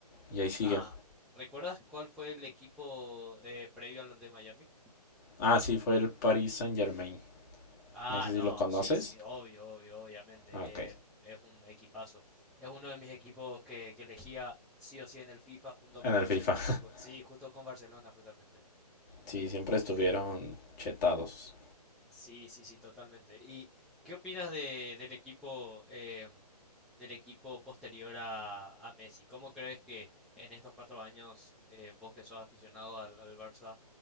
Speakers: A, on the left (about 30°); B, in the centre.
A: y ahí sigue.
B: Ah, ¿recuerdas cuál fue el equipo eh, previo al de Miami?
A: Ah, sí, fue el Paris Saint-Germain.
B: Ah,
A: No sé
B: no,
A: si lo conoces.
B: sí, sí, obvio, obvio, obviamente.
A: Ah, ok.
B: eh, es un equipazo. Es uno de mis equipos que, que elegía sí o sí en el FIFA junto con
A: En
B: Barcelona.
A: el FIFA. <laughs>
B: ju- sí, justo con Barcelona, justamente.
A: Sí, siempre estuvieron chetados.
B: Sí, sí, sí, totalmente. ¿Y qué opinas de, del equipo em, del equipo posterior a, a Messi? ¿Cómo crees que en estos cuatro años, eh, vos que sos aficionado al, al Barça,